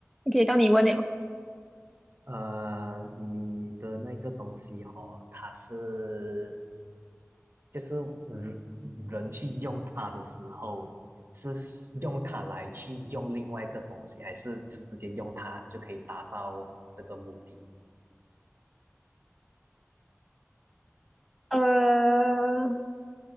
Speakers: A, in the centre; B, on the right (about 50°).
A: OK，到你问了，
B: 呃，你的那个东西哦，它是就是人人去用它的时候，是用它来去用另外一个东西，还是就是直接用它就可以达到这个目的
A: 呃，